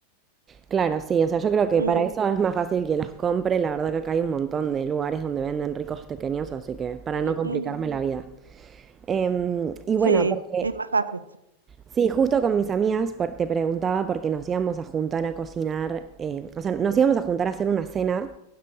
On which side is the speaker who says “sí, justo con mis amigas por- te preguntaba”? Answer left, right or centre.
Right